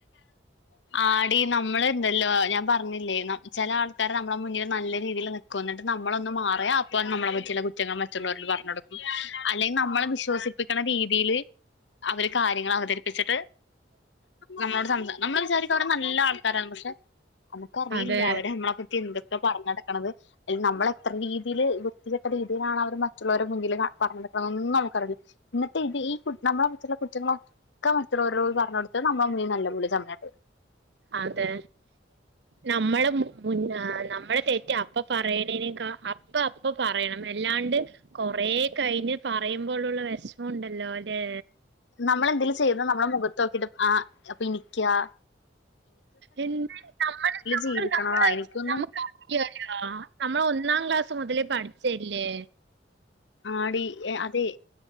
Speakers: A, on the left; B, on the right.
A: ആടി നമ്മൾ ഇണ്ടല്ലോ ഞാൻ പറഞ്ഞില്ലേ നം ചെല ആൾക്കാര് നമ്മടെ മുന്നില് നല്ല രീതിയില് നിക്കും എന്നിട്ട് നമ്മളൊന്ന് മാറിയാ അപ്പൊ നമ്മളെ പറ്റിയുള്ള കുറ്റങ്ങൾ മറ്റുള്ളവരില് പറഞ്ഞ് കൊടുക്കും അല്ലെങ്കിൽ നമ്മളെ വിശ്വസിപ്പിക്കണ രീതീല് അവര് കാര്യങ്ങള് അവതരിപ്പിച്ചിട്ട് നമ്മളോട് സംസ നമ്മള് വിചാരിക്കും ആ വര് നല്ല ആൾക്കാരാന്ന് പക്ഷേ നമുക്കറിയില്ലല്ലോ
B: അതെ
A: അവര് നമ്മളെപ്പറ്റി എന്ത്‌ പറഞ്ഞ് നടക്കണത് ഏ നമ്മളെത്ര രീതില് വൃത്തികെട്ട രീതിയിലാണ് അവര് മറ്റുള്ളവരുടെ മുന്നില് ന പറഞ്ഞ് നടക്കണതൊന്നും അമുക്കറിയില്ല ഇന്ന തി കു നമ്മളെ കുച്ചുള്ള കുറ്റങ്ങളൊക്കെ മറ്റുള്ളരോട് പറഞ്ഞൊടുത്ത് നമ്മ മുന്നിൽ നല്ല പുള്ള ചമഞ്ഞിട്ട്
B: അതേ നമ്മള് മു മുന്നാ നമ്മളെ തെറ്റ് അപ്പ പറയണേനേക്കാ അപ്പ അപ്പ പറയണം അല്ലാണ്ട് കൊറേ കഴിഞ്ഞ് പറയുമ്പോഴുള്ള വിഷമം ഉണ്ടല്ലോ അല്ലേ
A: നമ്മളെന്തേലും ചെയ്യതാ നമ്മടെ മുഖത്ത് നോക്കിട്ട് ആ അപ്പെനി ക്യാ
B: എ നമ്മള് നമ്മള്
A: ജീവിക്കണതാ
B: നമ്മള്
A: എനിക്കൊന്നും
B: നമ്മക്ക് <unintelligible> നമ്മള് ഒന്നാം ക്ലാസ് മുതലേ പഠിച്ചയല്ലേ
A: ആടി എ അതെ